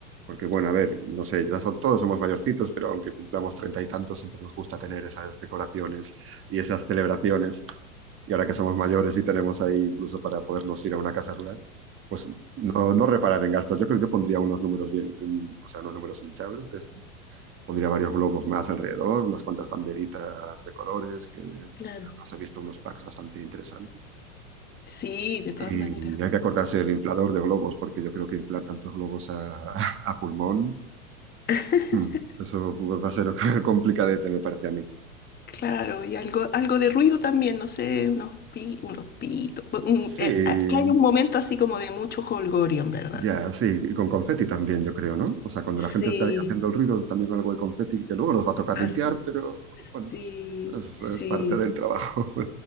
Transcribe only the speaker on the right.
porque bueno, a ver, no sé, ya son- todos somos mayorcitos, pero aunque cumplamos treinta y tantos, siempre nos gusta tener esas decoraciones y esas celebraciones. Y ahora que somos mayores y tenemos ahí incluso para podernos ir a una casa rural, pues no, no reparar en gastos. Yo creo que yo pondría unos números bien, en- o sea, unos números hinchables de estos. Pondría varios globos más alrededor, unas cuantas banderitas de colores, que
os he visto unos packs bastante interesantes.
Y
hay que acordarse del inflador de globos, porque yo creo que inflar tantos globos a, <laughs> a pulmón,
mm, eso va a ser <laughs> complicadete, me parece a mí.
Sí,
ya, sí, y con confeti también, yo creo, ¿no? O sea, cuando
la gente está ahí haciendo el ruido, también con algo de confeti, que luego los va a tocar
limpiar, pero bueno,
es, es-
es parte del trabajo.